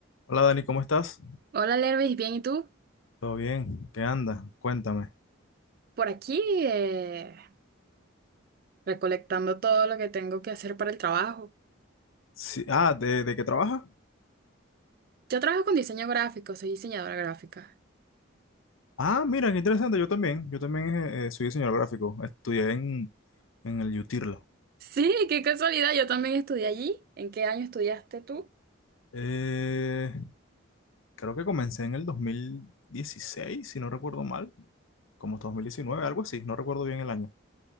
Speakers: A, on the left; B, on the right.
A: Hola Dani, ¿cómo estás?
B: Hola Lervis, bien, ¿y tú?
A: ¿Todo bien? ¿Qué anda? Cuéntame.
B: Por aquí eh, recolectando todo lo que tengo que hacer para el trabajo.
A: Sí, ah, ¿de, de qué trabajas?
B: Yo trabajo con diseño gráfico, soy diseñadora gráfica.
A: Ah, mira, qué interesante. Yo también. Yo también eh, eh, soy diseñador gráfico. Estudié en, en el UTIRLA.
B: Sí, qué casualidad, yo también estudié allí. ¿En qué año estudiaste tú?
A: Eh, creo que comencé en el 2016, si no recuerdo mal. Como 2019, algo así. No recuerdo bien el año.